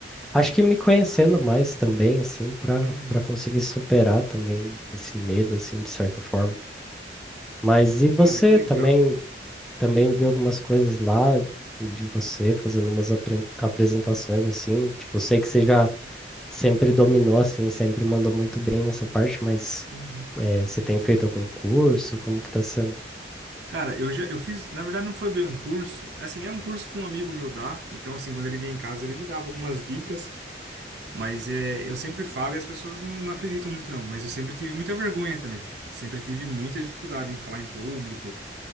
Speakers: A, in the centre; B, on the right.
A: Acho que me conhecendo mais também, assim, para
B: Uhum,
A: para conseguir superar também esse medo, assim, de certa forma. Mas e você
B: Cara, que legal.
A: também também viu algumas coisas lá de você fazendo umas apre- apresentações assim, tipo, eu sei que você já sempre dominou assim, sempre mandou muito bem nessa parte, mas
B: uhum,
A: eh, você tem feito algum curso? Como que tá sendo?
B: Cara, eu já eu fiz, na verdade não foi bem um curso. Assim, é um curso que um amigo meu dá, então assim, quando ele vem em casa, ele me dava algumas dicas, mas é, eu sempre falo e as pessoas não, não acreditam muito não, mas eu sempre tive muita vergonha também. Sempre tive muita dificuldade em falar em público,